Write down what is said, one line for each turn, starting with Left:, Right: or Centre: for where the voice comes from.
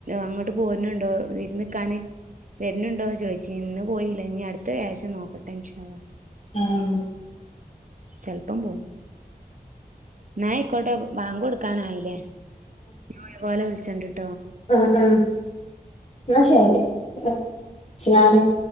Right: അങ്ങട്ട് പോരണിണ്ടോ വിരുന്ന് നിക്കാന് വെരണിണ്ടോ ചോദിച്ചി ഇന്ന് പോയില്ല ഇനി അടുത്ത വ്യാഴായ്ച്ച നോക്കട്ടെ ഇൻഷാ അള്ളാഹ്.
Left: ആഹ്
Right: ചെലപ്പം പോകും. ന്നാ ആയ്ക്കോട്ടെ ബാങ്ക് കൊടുക്കാനായിലേ? <unintelligible> <unintelligible>
Left: ആ ആ ന്നാ ശരി <unintelligible>